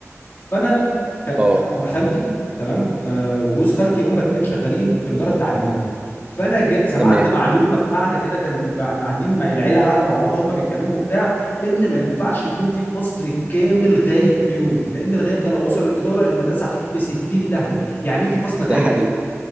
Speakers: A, on the left (about 40°); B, on the right (about 25°).
A: فانا ك...
B: اه
A: انا انا خالتي تمام آه وجوز خالتي هم الاثنين شغالين في الاداره التعليميه فانا جا... سمعت
B: تمام
A: معلومه في قاعده كده كان كان قاعدين مع العيله قاعده مع بعضها هم بيتكلموا بتاع ان ما ينفعش يكون في فصل كامل غايب في يوم لان الغياب ده لو وصل للاداره المدرسه هتروح في 60 داهيه يعني ايه في فصل
B: ده
A: غايب
B: حقيقي